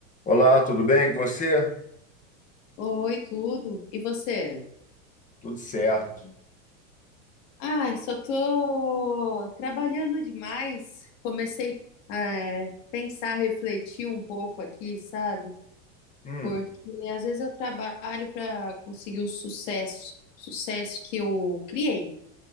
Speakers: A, on the left (about 20°); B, on the left (about 60°).
A: Olá, tudo bem com você?
B: Oi, tudo. E você?
A: Tudo certo.
B: Ai, só tô trabalhando demais. Comecei a pensar, refletir um pouco aqui, sabe?
A: Hum,
B: Porque às vezes eu trabalho para conseguir o sucesso, sucesso que eu criei